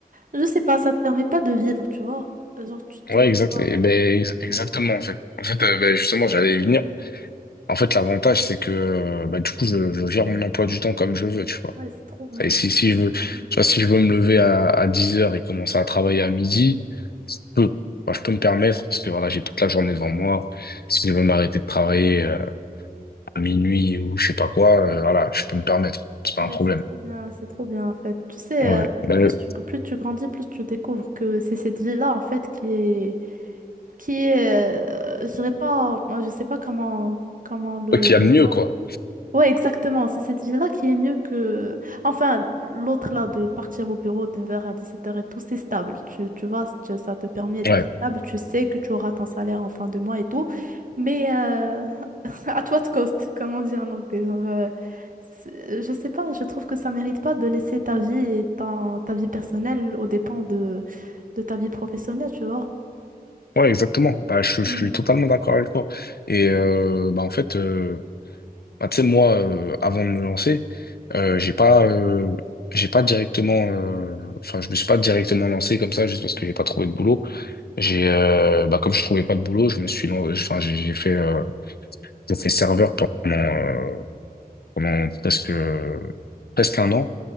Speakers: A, on the right (about 60°); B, on the left (about 80°).
A: Je sais pas, ça te permet pas de vivre, tu vois. Euh, Genre, tu te
B: Ouais,
A: retrouves...
B: exact. Et
A: euh,
B: ben, ex- exactement,
A: Ouais,
B: en fait. En fait, euh, ben, justement, j'allais y venir. En fait, l'avantage, c'est que euh, ben, du coup, je, je gère mon emploi du temps comme je veux, tu vois.
A: ouais, c'est trop bien.
B: Et si, si je veux, tu
A: Ouais,
B: vois, si je veux me lever à, à 10 heures et commencer à travailler à midi, je peux. Enfin, je peux me permettre parce que voilà, j'ai toute la journée devant moi. Si je veux m'arrêter de travailler euh, à minuit ou je sais pas quoi, euh, voilà, je peux me permettre. C'est pas
A: Ouais,
B: un problème.
A: c'est trop bien, c'est trop bien, en fait. Tu sais,
B: Ouais.
A: euh,
B: Ben,
A: plus tu, plus tu grandis, plus tu découvres que c'est cette vie-là, en fait, qui est... Qui est... euh, Je dirais pas... euh, Je sais pas comment, comment le...
B: ok, il y a
A: le
B: mieux,
A: dire.
B: quoi.
A: Ouais, exactement. C'est cette vie-là qui est mieux que... Enfin, l'autre là, de partir au bureau de 9h à dix sept heures et tout, c'est stable. Tu, tu vois, tu- ça te permet d'être
B: Ouais.
A: stable. Tu sais que tu auras ton salaire en fin de mois et tout. Mais euh, <laughs> à toi de cost, comme on dit en anglais. Genre, euh, c'est- je sais pas, je trouve que ça mérite pas de laisser ta vie et ta, ta vie personnelle aux dépens de, de ta vie professionnelle, tu vois.
B: Ouais, exactement. Bah, je,
A: Mm.
B: je suis totalement d'accord avec toi. Et euh, bah, en fait, euh, Bah, tu sais, moi, euh, avant de me lancer, euh, j'ai pas, euh, j'ai pas directement, euh, enfin, je me suis pas directement lancé comme ça juste parce que j'ai pas trouvé de boulot. J'ai, euh, bah, comme je trouvais pas de boulot, je me suis, lan- enfin, j'ai j'ai fait, euh, j'ai fait serveur pendant, euh, pendant presque, presque un an.